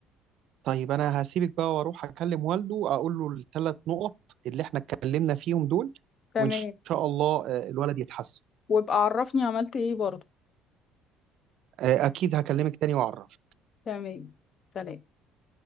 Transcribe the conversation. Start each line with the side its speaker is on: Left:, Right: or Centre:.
Right: طيب انا هسيبك بقى واروح اكلم والده اقول له الثلاث نقط اللي احنا اتكلمنا فيهم دول
Left: تمام
Right: وان شاء الله آه، الولد يتحسن
Left: وابقى عرفني عملت ايه برضه
Right: آه، اكيد هكلمك تاني واعرف
Left: تمام سلام